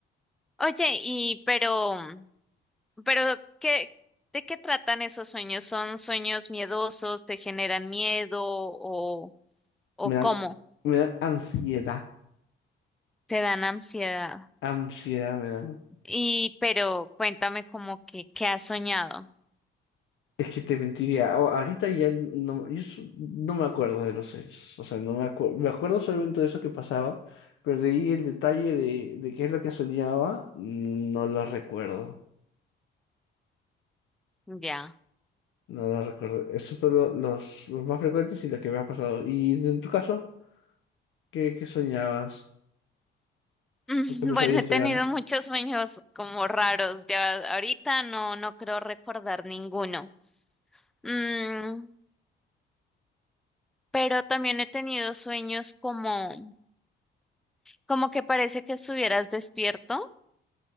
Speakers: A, in the centre; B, on the left.
A: Oye, y pero, pero ¿qué, de qué tratan esos sueños? ¿Son sueños miedosos? ¿Te generan miedo o, o
B: Me
A: cómo?
B: dan, me dan ansiedad.
A: ¿Te dan ansiedad?
B: Ansiedad me dan.
A: Y, pero cuéntame como que, ¿qué has soñado?
B: Es que te mentiría. a- Ahorita ya no, yo s- no me acuerdo de los hechos. O sea, no me acuerdo. Me acuerdo solamente de eso que pasaba, pero de ahí el detalle de, de qué es lo que soñaba, no lo recuerdo.
A: Ya. <laughs>
B: No lo recuerdo. Esos son lo- los, los más frecuentes y los que me ha pasado. ¿Y en tu caso, qué, qué soñabas?
A: Mm,
B: ¿O qué pesadillas
A: Bueno, he tenido
B: te dan?
A: muchos sueños como raros. Ya ahorita no, no creo recordar ninguno. Mm, pero también he tenido sueños como, como que parece que estuvieras despierto